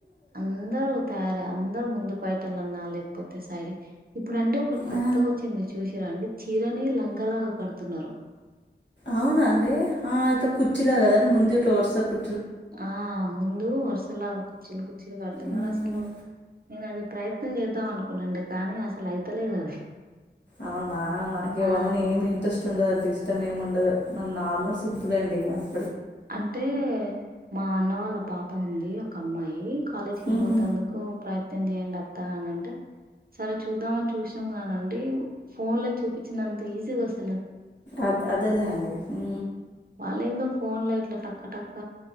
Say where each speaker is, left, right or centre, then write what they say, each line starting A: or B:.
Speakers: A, on the right; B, on the left.
A: అం అందరు తయారై అందరు ముందు పైటలు అన్నా లేకపోతే సైడ్ ఇప్పుడు అండి ఒకటి
B: ఆ
A: కొత్తగా వచ్చింది చూసిర్ర అండి చీరని లంగలాగా కడుతున్నారు
B: అవునా అండి ఆ అయితే కుచ్చీలు కదండి ముందు వరుస కు
A: ఆ ముందు వర్సలాగా కుచ్చిల్లు కుచ్చిల్లు కడుతున్నారు
B: మ్మ్.
A: అసలు నేను అది ప్రయత్నం చేద్దాం అనుకున్నానండీ కానీ అసలు అయితలేదు అది
B: అవునా నాకవన్ని
A: మా
B: ఏమి ఇంట్రెస్ట్ ఉండదండి ఇష్టం ఏమి ఉండదు మన నార్మల్ సింపులే అండి మనది
A: అంటే మా అన్న వాళ్ళ పాప ఉంది ఒక అమ్మాయి కాలేజీకి
B: ఉహు
A: పోతందుకు ప్రయత్నం చేయండి అత్తా అనంటే సరే చూద్దామని చూసినాం కానీ అండి ఫోన్ లో చూపించినంత ఈజీగా వస్తు
B: అద అదెలే అండి ఉ
A: వాళ్ళేందో ఫోన్ లో ఇట్లా టక్క టక్క